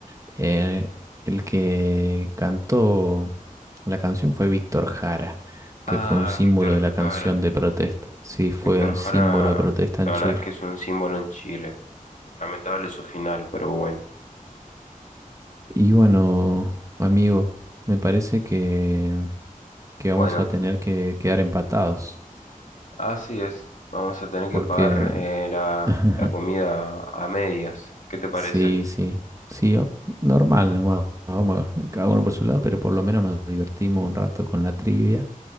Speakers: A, on the right (about 20°); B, on the left (about 60°).
A: Eh, el que cantó la canción fue Víctor Jara, que
B: Ah,
A: fue un símbolo
B: Víctor
A: de la canción
B: Jara.
A: de protesta. Sí, fue
B: Víctor
A: un símbolo
B: Jara,
A: de protesta
B: la
A: en
B: verdad
A: Chile.
B: es que es un símbolo en Chile. Lamentable su final, pero bueno.
A: Y bueno, amigo, me parece que que
B: Bueno,
A: vamos a tener que quedar empatados,
B: Así es, vamos a tener que
A: porque
B: pagar eh, la,
A: <laughs>
B: la comida a medias. ¿Qué te parece?
A: sí, sí, sí, o- normal nomás. Vamos a- cada uno por su lado, pero por lo menos nos divertimos un rato con la trivia